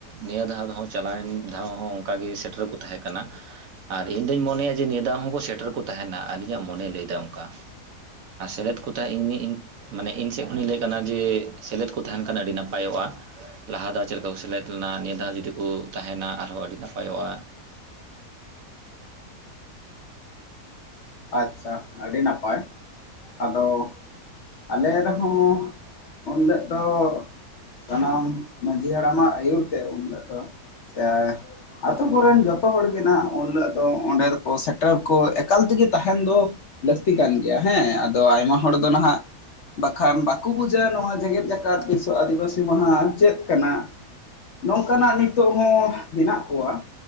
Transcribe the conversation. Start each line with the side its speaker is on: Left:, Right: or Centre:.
Right: ᱱᱤᱭᱟᱹ ᱫᱷᱟᱣ ᱦᱚᱸ ᱪᱟᱞᱟᱣᱮᱱ ᱫᱷᱟᱣ ᱦᱚᱸ ᱚᱱᱠᱟᱜ ᱜᱮ ᱥᱮᱴᱮᱨ ᱠᱚ ᱛᱟᱦᱮᱸ ᱠᱟᱱᱟ᱾ ᱟᱨ ᱤᱧ ᱫᱩᱧ ᱢᱚᱱᱮᱭᱟ ᱡᱮ ᱱᱤᱭᱟᱹ ᱫᱷᱟᱣ ᱦᱚᱸᱠᱚ ᱥᱮᱴᱮᱨ ᱠᱚ ᱛᱟᱦᱮᱱᱟ᱾ ᱟᱹᱞᱤᱧᱟᱜ ᱢᱚᱱᱮ ᱞᱟᱹᱭ ᱮᱫᱟ ᱚᱱᱠᱟ᱾ ᱟᱨ ᱥᱮᱞᱮᱫ ᱠᱚ ᱛᱟᱦᱮᱸ ᱤᱧ ᱜᱤ ᱤᱧ ᱢᱟᱱᱮ ᱤᱧ ᱥᱮᱫ ᱠᱷᱚᱱᱤᱧ ᱞᱟᱹᱭ ᱠᱟᱱᱟ ᱡᱮ ᱥᱮᱞᱮᱫ ᱠᱚ ᱛᱟᱦᱮᱱ ᱠᱷᱟᱱ ᱟᱹᱰᱤ ᱱᱟᱯᱟᱭᱚᱜᱼᱟ᱾ ᱞᱟᱦᱟ ᱫᱷᱟᱣ ᱪᱮᱫ ᱞᱮᱠᱟ ᱠᱚ ᱥᱮᱞᱮᱫ ᱞᱮᱱᱟ? ᱱᱤᱭᱟᱹ ᱫᱷᱟᱣ ᱡᱩᱫᱤ ᱠᱚ ᱛᱟᱦᱮᱱᱟ ᱟᱨᱦᱚᱸ ᱟᱹᱰᱤ ᱱᱟᱯᱟᱭᱚᱜᱼᱟ᱾
Left: ᱟᱪᱪᱷᱟ, ᱟᱹᱰᱤ ᱱᱟᱯᱟᱭ᱾ ᱟᱫᱚ ᱟᱞᱮ ᱨᱮᱦᱚᱸ ᱩᱱᱟᱹᱜ ᱫᱚ ᱥᱟᱱᱟᱢ ᱢᱟᱺᱡᱷᱤ ᱦᱟᱲᱟᱢᱟᱜ ᱟᱹᱭᱩᱨ ᱛᱮ ᱩᱱᱦᱤᱞᱚᱜ ᱫᱚ ᱥᱮ ᱟᱹᱛᱩ ᱠᱚᱨᱮᱱ ᱡᱷᱚᱛᱚ ᱦᱚᱲ ᱜᱮ ᱱᱟᱜ ᱩᱱ ᱦᱤᱞᱚᱜ ᱫᱚ ᱚᱸᱰᱮ ᱫᱚᱠᱚ ᱥᱮᱴᱮᱨ ᱠᱚ ᱮᱠᱟᱞ ᱛᱮᱜᱮ ᱛᱟᱦᱮᱱ ᱫᱚ ᱞᱟᱹᱠᱛᱤ ᱠᱟᱱ ᱜᱮᱭᱟ ᱦᱮᱸ, ᱟᱫᱚ ᱟᱭᱢᱟ ᱦᱚᱲ ᱫᱚ ᱱᱟᱦᱟᱜ ᱵᱟᱠᱷᱟᱱ ᱵᱟᱠᱚ ᱵᱩᱡᱟᱣᱟ ᱱᱚᱣᱟ ᱡᱮᱜᱮᱛ ᱡᱟᱠᱟᱛ ᱵᱤᱥᱥᱚ ᱟᱹᱫᱤᱵᱟᱹᱥᱤ ᱢᱟᱦᱟ ᱪᱮᱫ ᱠᱟᱱᱟ᱾ ᱱᱚᱝᱠᱟᱱᱟᱜ ᱱᱤᱛᱚᱜ ᱦᱚᱸ ᱢᱮᱱᱟᱜ ᱠᱚᱣᱟ